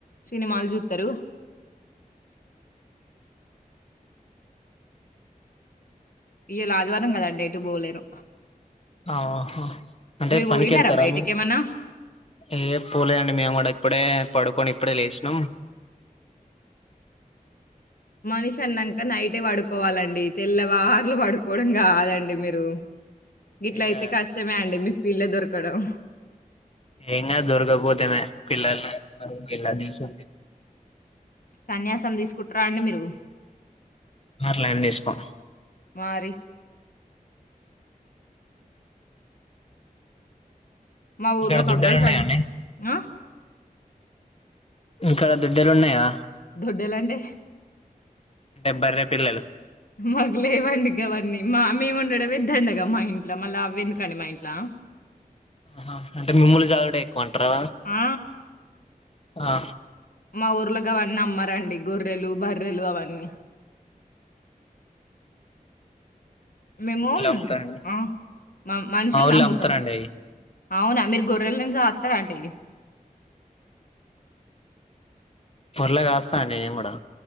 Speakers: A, on the left; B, on the left.
A: సినిమాలు చూస్తారు ఇయ్యలా ఆదివారం కదాండి ఎటు పోలేరు
B: అహా అంటే
A: మీరు
B: పనికి
A: పోయినారా
B: వెళ్తారా
A: బయటికి ఏమన్నా
B: ఏ పోలేదండి మేము కూడా ఇప్పుడే పడుకొని ఇప్పుడే లేషినాం
A: మనిషి అన్నాంక నైటే పడుకోవాలండి తెల్లవారులు పడుకోవడం కాదండి మీరు ఇట్ల
B: ఇగ
A: అయితే కష్టమే అండి మీ పిల్ల దొర్కడం
B: ఎంగాదు దొర్గపోతే వాయే పిల్లల పిల్లను తీసు
A: సన్యాసం తీసుకుంటార అండి మీరు
B: అట్లా ఏం తీసుకోం
A: మరి మాఊరిలో
B: ఇక్కడ
A: ఒక
B: దుడ్డలు
A: అబ్బాయి సన్
B: ఉన్నాయండి
A: ఆ
B: ఇక్కడ దొడ్డలు ఉన్నాయా
A: దొడ్డేలంటే
B: అంటే బర్రే పిల్లలు
A: మాకు లేవండి గవన్నీ మా మేము ఉండడమే దండగా మా ఇంట్ల మళ్ల అవి ఎందుకండి మా ఇంట్ల
B: అహా అంటే మిమ్ముల్లు చదువుడే ఏక్కువంట్రా
A: ఆ!
B: ఆ
A: మా ఊర్ల గవన్నీ అమ్మారండి గొర్రెలు బర్రెలు అవన్నీ మేము
B: ఊర్లో అమ్ముతారండి
A: ఆ మనుషులు
B: మా ఊర్లో
A: నమ్ముతాం
B: అమ్ముతారండి అయి
A: అవునా మీరు గొర్రెలను సాక్తారా అండి
B: పోర్లే కాస్తా నేను కూడా